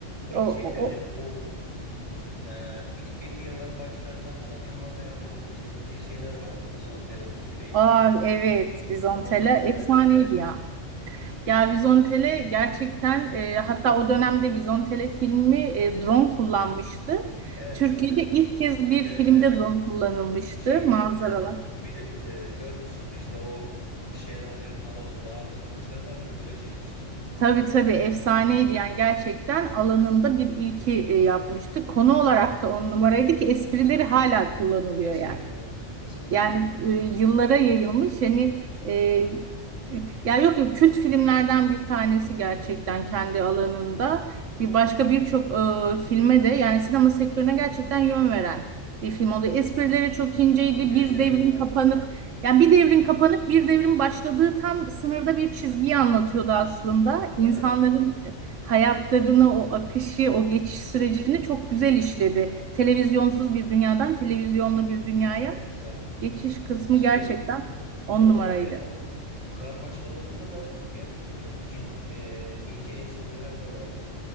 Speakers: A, on the left; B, on the right.
A: Peki
B: O, o,
A: şey söyleyeceğim.
B: o.
A: Bu e, 2000'li yılların başlarında falan Yılmaz Erdoğan'ın çektiği şeyler vardı. Vizontele 1 ve 2.
B: Aa, evet, Vizontela
A: Onlar hakkında
B: efsaneydi
A: ne düşünüyorsun?
B: ya. Ya Vizontele gerçekten e, hatta o dönemde Vizontele filmi e, drone kullanmıştı.
A: Evet.
B: Türkiye'de
A: de-
B: ilk kez bir
A: Evet,
B: filmde
A: evet.
B: drone kullanılmıştı
A: Şey çok
B: manzaralar.
A: güzeldi. Bili, e, görmüşsündür işte o şelale falan o dağ tırmanışları falan çok güzel çekmişsin yani.
B: Tabii tabii efsaneydi yani gerçekten alanında bir ilki e, yapmıştı. Konu olarak da on numaraydı ki esprileri hala kullanılıyor
A: Kesinlikle
B: yani.
A: evet. Kesinlikle.
B: Yani e, yıllara yayılmış hani e, ya yok yok kült filmlerden bir tanesi gerçekten kendi alanında bir başka birçok e, filme de yani sinema sektörüne gerçekten yön veren bir film oldu. Esprileri çok inceydi.
A: Kesinlikle
B: Bir devrin
A: öyle.
B: kapanıp yani bir devrin kapanıp bir devrin başladığı tam sınırda bir çizgiyi anlatıyordu aslında. İnsanların
A: Değil mi?
B: hayatlarını, o akışı, o geçiş sürecini çok güzel işledi. Televizyonsuz bir dünyadan televizyonlu bir dünyaya.
A: <laughs> Evet.
B: Geçiş kısmı
A: Şey
B: gerçekten on
A: orada
B: numaraydı.
A: yani o karmaşalıkta da gerçekten çok cin, e, ince espriler de vardı.